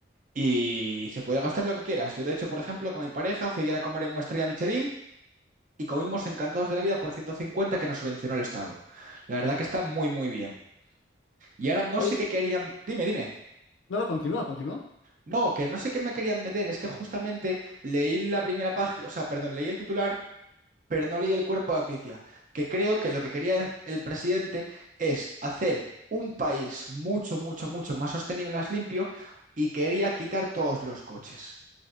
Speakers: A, on the right; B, on the left.
A: y se puede gastar lo que quieras. Yo, de hecho, por ejemplo, con mi pareja fui ayer a comer en una Estrella Michelin y comimos encantados de la vida por 150 que nos subvencionó el Estado. La verdad que está muy, muy bien. Y ahora no
B: Oye,
A: sé qué querían. Dime, dime.
B: no, no, continúa, continúa.
A: No, que no sé qué me querían meter, es que justamente leí la primera página, o sea, perdón, leí el titular, pero no leí el cuerpo de la noticia, que creo que lo que quería el presidente es hacer un país mucho, mucho, mucho más sostenible, más limpio, y quería quitar todos los coches.